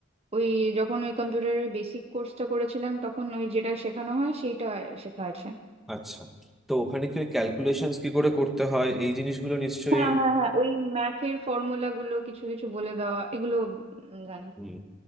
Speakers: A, on the right (about 30°); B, in the centre.
A: ওই যখন ওই কম্পিউটারের বেসিক কোর্সটা করেছিলাম তখন ওই যেটা শেখানো হয় সেইটা শেখা আছে
B: আচ্ছা তো ওখানে কি ওই ক্যালকুলেশনস কি করে করতে হয় এই জিনিসগুলো নিশ্চয়ই
A: হ্যাঁ হ্যাঁ হ্যাঁ ওই ম্যাথের ফর্মুলা গুলো কিছু কিছু বলে দেওয়া এগুলো উম, জানি
B: হুম